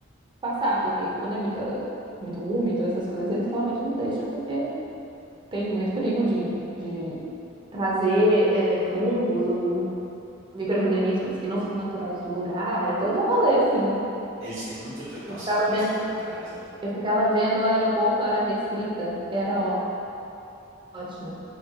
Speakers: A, on the right; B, on the right.
A: passar, porque quando é muito, muito úmido, essas coisas, eles realmente não deixam, porque tem muito perigo de, de trazer eh, fungos ou micro-organismos que não são naturais do lugar. É todo um rolê, assim, né?
B: Eles têm muita preocupação
A: Eu ficava
B: com as questões
A: vendo.
B: sanitárias, né?
A: Eu ficava vendo o aeroporto área restrita, era ó- ótimo.